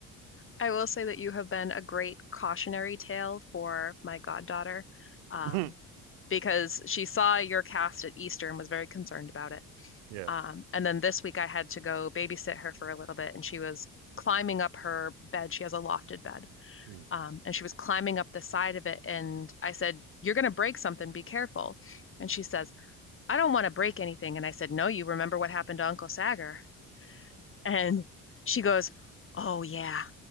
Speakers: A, on the left (about 30°); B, on the right (about 75°).
A: I will say that you have been a great cautionary tale for my goddaughter, um,
B: <clears throat>
A: because she saw your cast at Easter and was very concerned about it.
B: yeah.
A: Um, and then this week I had to go babysit her for a little bit, and she was climbing up her bed. She has a lofted bed.
B: Mm.
A: Um, and she was climbing up the side of it, and I said, "You're going to break something. Be careful." And she says, I don't want to break anything. And I said, No, you remember what happened to Uncle Sagar? And she goes, Oh yeah,